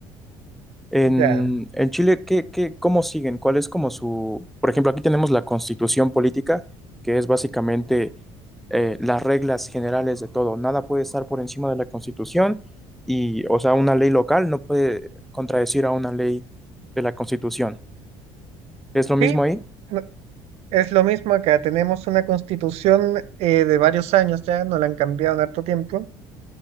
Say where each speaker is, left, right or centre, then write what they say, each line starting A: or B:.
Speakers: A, in the centre; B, on the right.
A: En,
B: Ya,
A: en Chile, ¿qué, qué, cómo siguen? ¿Cuál es como su... Por ejemplo, aquí tenemos la constitución política, que es básicamente eh, las reglas generales de todo. Nada puede estar por encima de la constitución y, o sea, una ley local no puede contradecir a una ley de la constitución. ¿Es lo mismo
B: sí,
A: ahí?
B: no- es lo mismo acá. Tenemos una constitución eh, de varios años ya, no la han cambiado en harto tiempo.